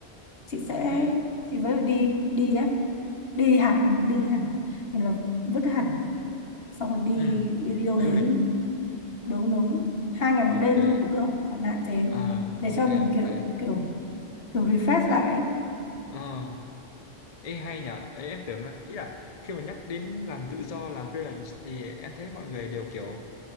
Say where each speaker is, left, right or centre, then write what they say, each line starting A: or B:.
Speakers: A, on the left; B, on the left.
A: chị sẽ
B: ừ,
A: chị với đi đi đấy đi hẳn đi hẳn thì là vứt hẳn xong rồi đi
B: ừ,
A: đi, đi đâu
B: du
A: đấy
B: lịch
A: đúng đúng hai ngày
B: ok
A: một đêm thôi cũng được chẳng hạn thế
B: à
A: để
B: ok
A: cho mình kiểu
B: ok
A: kiểu kiểu refresh lại ấy.
B: ờ Ê hay nhở, Ê, em tưởng là, ý là khi mà nhắc đến làm tự do, làm freelance thì em thấy mọi người đều kiểu